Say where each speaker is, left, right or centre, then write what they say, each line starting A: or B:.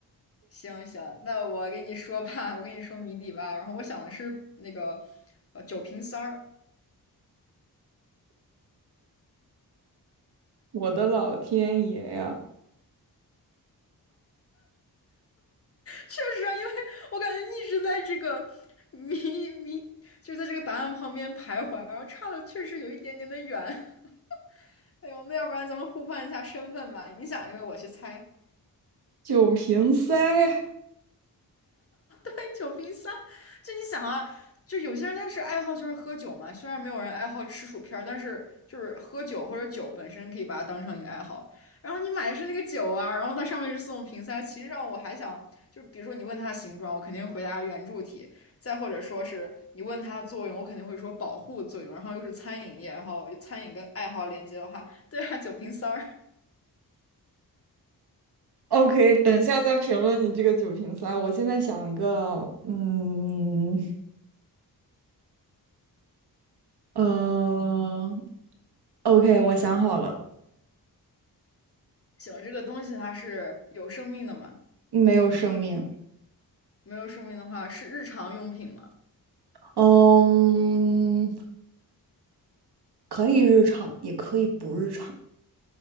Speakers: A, on the left; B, on the right.
A: 行行，那我给你说吧，我给你说谜底吧。然后我想的是那个呃酒瓶塞儿，
B: 我的老天爷呀，
A: 确实啊，因为我感觉一直在这个谜谜，就是在这个答案旁边徘徊，然后差的确实有一点点的远。<laughs> 哎呦，那要不然咱们互换一下身份吧，你想一个，我去猜。
B: 酒瓶塞
A: <laughs> 酒瓶塞，就你想啊，就有些人他是爱好就是喝酒嘛，虽然没有人爱好吃薯片儿但是就是喝酒或者酒本身可以把它当成一个爱好。然后你买的是那个酒啊，然后它上面是送瓶塞，其实上我还想，就比如说你问它的形状，我肯定回答圆柱体；再或者说是你问它的作用，我肯定会说保护作用。然后又是餐饮业，然后餐饮跟爱好连接的话，对啊，酒瓶塞儿，
B: ！OK，等一下再评论你这个酒瓶塞。我现在想一个，嗯呃，OK，我想好了，
A: <laughs> 行，这个东西它是有生命的嘛？
B: 没有生命，
A: 没有生命的话是日常用品嘛？
B: 嗯，可以日常，也可以不日常，